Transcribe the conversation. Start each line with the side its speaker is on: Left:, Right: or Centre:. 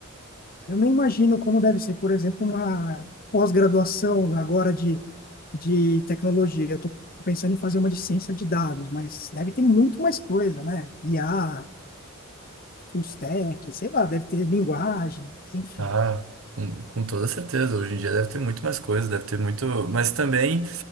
Left: Eu nem imagino como deve ser, por exemplo, uma pós-graduação agora de, de tecnologia. Eu estou pensando em fazer uma de ciência de dados, mas deve ter muito mais coisa, né? IA, full stack, sei lá, deve ter linguagens, enfim.
Right: Ah, Com, com toda certeza. Hoje em dia deve ter muito mais coisas, deve ter muito. Mas também.